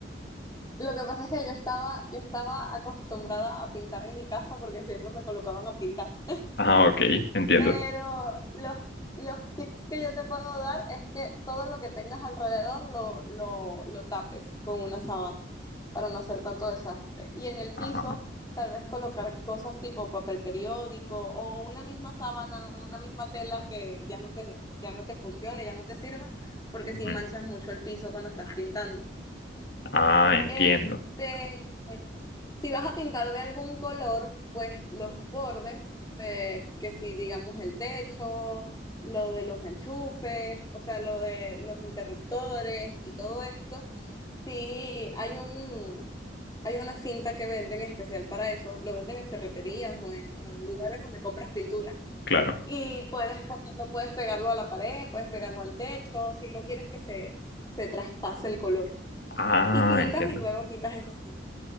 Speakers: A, on the left (about 20°); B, on the left (about 65°).
A: lo que pasa es que yo estaba, yo estaba acostumbrada a pintar en mi casa porque siempre me colocaban a pintar.
B: Ah, ok, entiendo.
A: Pero los, los tips que yo te puedo dar es que todo lo que tengas alrededor lo, lo, lo tapes con una sábana para no hacer tanto desastre. Y en el
B: Ajá.
A: piso, tal vez colocar cosas tipo papel periódico o una misma sábana, una misma tela que ya no te, ya no te funcione, ya no te sirva, porque si
B: ujú.
A: manchas mucho el piso cuando estás pintando.
B: Ah, entiendo,
A: Este, si vas a pintar de algún color, pues los bordes de, que si digamos el techo, lo de los enchufes, o sea, lo de los interruptores y todo esto, sí hay un, hay una cinta que venden especial para eso, lo venden en ferreterías o en, o en lugares donde compras pintura.
B: claro.
A: Y puedes ponerlo, puedes pegarlo a la pared, puedes pegarlo al techo, si no quieres que se, se traspase el color.
B: Ah,
A: Y pintas
B: entiendo.
A: y luego quitas esa cinta.